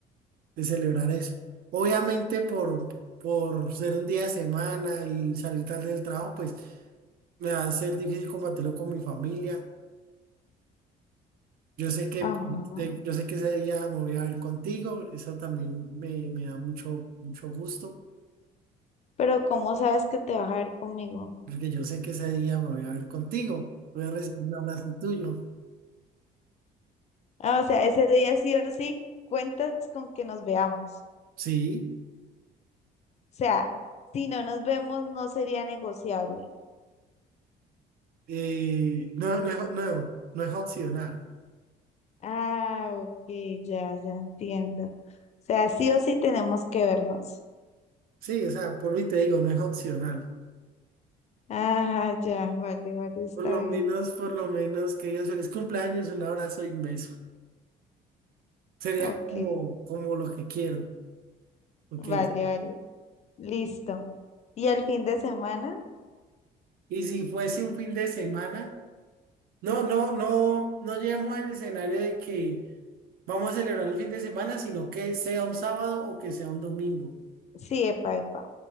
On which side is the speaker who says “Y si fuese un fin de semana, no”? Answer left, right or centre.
Right